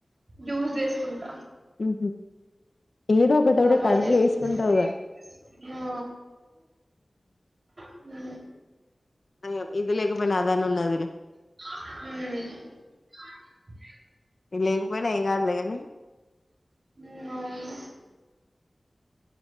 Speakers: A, on the right (about 55°); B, on the left (about 60°).
A: జ్యూస్ చేస్ కుంట
B: ఉ ఏదో ఒకటైతే
A: అలవాటు
B: కడపులో
A: చేసుకుంటా
B: ఏసుకుంటావుగా
A: ఆ, ఉ
B: అయ్యో ఇది లేకపోయినా అదన్న ఉన్నది లే
A: ఉ
B: లేకపోయినా ఏం కాదులే గాని
A: ఉ అవును